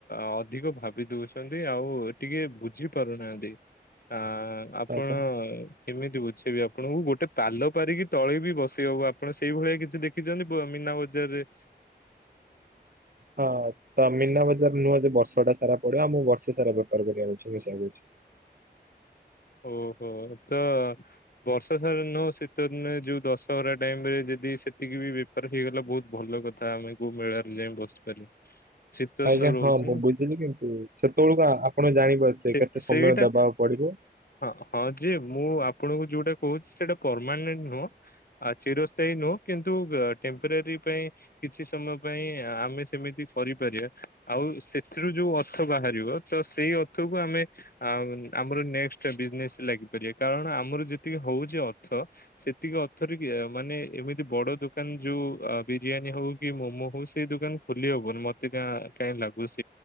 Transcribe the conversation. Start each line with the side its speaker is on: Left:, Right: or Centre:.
Left: ଅଧିକ ଭାବି ଦଉଛନ୍ତି ଆଉ ଟିକେ ବୁଝି ପାରୁନାହାନ୍ତି। ଆ ଆ ଆପଣ
Right: ହଁ ତ
Left: କେମିତି ବୁଝେଇବି ଆପଣଙ୍କୁ ଗୋଟେ ପାଲ ପାରିକି ତଳେ ବି ବସେଇ ହବ ଆପଣ ସେଇ ଭଳିଆ କିଛି ଦେଖିଛନ୍ତି। ମିନା ବଜାର ରେ
Right: ହଁ ତ ମିନା ବଜାର ନୁହଁ ଯେ ବର୍ଷଟା ସା ସାରା ପଡିବ ଆଉ ମୁଁ ବର୍ଷେ ସାରା ବେପାର କରିବାକୁ ଅଛି <unintelligible>
Left: ଓହୋ ତ ବର୍ଷ ସାରା ନହଉ ଶୀତ ଦିନେ ଯୋଉ ଦଶହରା ଟାଇମ ରେ ଜେ ଯଦି ସେତିକି ବି ବେପାର ହେଇଗଲା ବହୁତ ଭଲ କଥା ଆମେ କୋଉ ମେଳାରେ ଯାଇ ବସିପାରିବୁ। ଶୀତ
Right: ଆଜ୍ଞା
Left: ଦିନ ରହୁଛି
Right: ହଁ ମୁଁ
Left: ନା
Right: ବୁଝିଲି କିନ୍ତୁ ସେତେବେଳକୁ ଆପଣ ଜାଣିପରୁଥିବେ
Left: ସେ
Right: କେତେ ସମୟ
Left: ସେଇଟା
Right: ଦବାକୁ ପଡିବ?
Left: ହଁ ହଁ ଯେ ମୁଁ ଆପଣଙ୍କୁ ଯୋଉଟା କହୁଛି ସେଇଟା ପରମାନେଣ୍ଟ ନୁହଁ ଆଉ ଚିରସ୍ଥାୟୀ ନୁହଁ। କିନ୍ତୁ ଟେମ୍ପୋରାରୀ ପାଇଁ କିଛି ସମୟ ପାଇଁ ଆମେ ସେମିତି କରିପାରିବା ଆଉ ସେଥିରୁ ଯୋଉ ଅର୍ଥ ବାହାରିବ ତ ସେଇ ଅର୍ଥକୁ ଆମେ ଆମର ନେସ ବିଜନେସ ଲାଗିପାରିବା କାରଣ ଆମର ଯେତିକି ହଉଛି ଅର୍ଥ ସେତିକି ଅର୍ଥରେ କିଏ ମାନେ କେମିତି ବଡ ଦୋକାନ ଯୋଉ ବିରିୟାନୀ ହଉ କି ମୋମୋ ହଉ ସେଇ ଦୋକାନ ଖୋଲି ହବନି ମତେ କା ଟାଇ ଲାଗୁଚି।